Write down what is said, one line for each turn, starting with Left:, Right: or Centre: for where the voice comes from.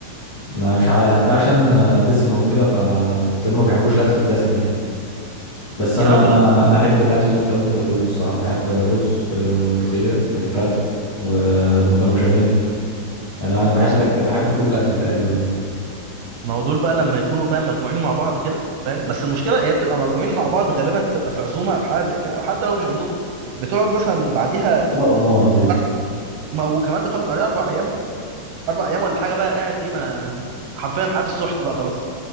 Left: مش عا- هتلاقي عشان دسم وكده فما بيحبوش الاكل الدسم يعني بس
Right: يا
Left: انا
Right: راجل
Left: انا
Right: بس
Left: انا احب
Right: ولا-
Left: الاكل اللي انت قلت ده كله الصراحه بحب الرز آه، والملوخيه والفراخ ومكرونه بشاميل انا انا بحب
Right: بالظبط
Left: الاكل بحب كل الاكل تقريبا يعني
Right: ما هو دول بقى لما يكونوا فاهم مجموعين مع بعض كده فاهم بس المشكله هي بتبقى مجموعين مع بعض غالبا بتبقى في عزومه او حاجه زي كده او حتى لو مش عزومه بتقعد مثلا بعديها
Left: تبقى دمار دي
Right: أربع ما وكمان بتقعد بعديها اربع ايام اربع ايام ولا حاجه بقى قاعد ايه ما حرفيا حياه السحت بقى خلاص